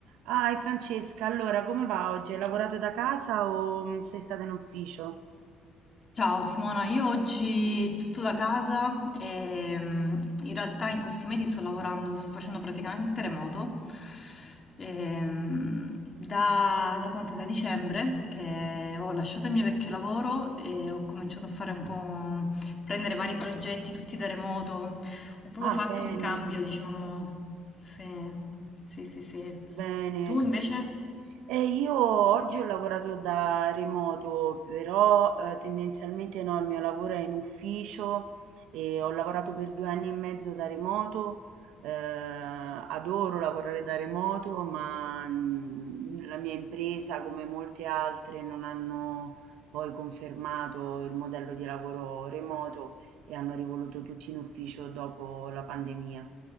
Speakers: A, on the right; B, on the left.
A: Ah, e Francesca, allora come va oggi? Hai lavorato da casa o mm, sei stata in ufficio?
B: Ciao Simona, io oggi tutto da casa e mm, in realtà in questi mesi sto lavorando, sto facendo praticamente remoto. Ehm, da, da quant'è? Da dicembre che ho lasciato il mio vecchio lavoro e ho cominciato a fare un po', prendere vari progetti tutti da remoto. Ho proprio
A: Ah,
B: fatto
A: bene,
B: un cambio, diciamo. Sì, sì, sì, sì.
A: bene.
B: Tu invece?
A: Eh, io oggi ho lavorato da remoto, però eh, tendenzialmente no, il mio lavoro è in ufficio e ho lavorato per due anni e mezzo da remoto. eh, adoro lavorare da remoto, ma mm, la mia impresa, come molte altre, non hanno poi confermato il modello di lavoro remoto e hanno rivoluto tutti in ufficio dopo la pandemia.